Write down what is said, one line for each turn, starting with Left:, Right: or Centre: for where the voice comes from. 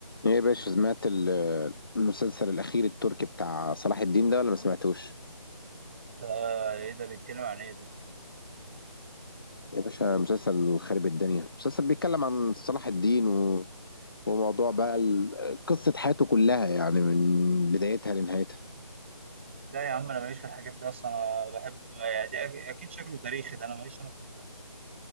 Left: ايه يا باشا سمعت ال- المسلسل الاخير التركي بتاع صلاح الدين ده ولا ما سمعتوش
Right: ده ايه ده بيتكلم عن ايه ده
Left: يا باشا مسلسل خارب الدنيا مسلسل بيتكلم عن صلاح الدين و... وموضوع بقى ال- قصة حياته كلها يعني من بدايتها لنهايتها
Right: لا يا عم انا ماليش في الحاجات دي اصلا انا بحب يعني دي أك- اكيد شكله تاريخي ده انا ماليش انا في الكلام ده